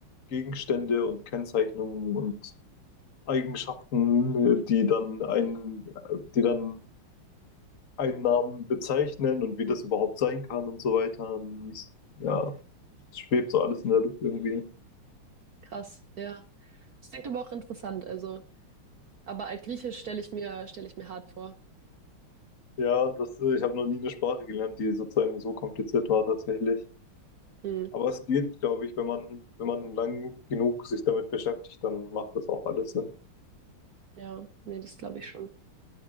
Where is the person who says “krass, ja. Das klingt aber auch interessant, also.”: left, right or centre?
Right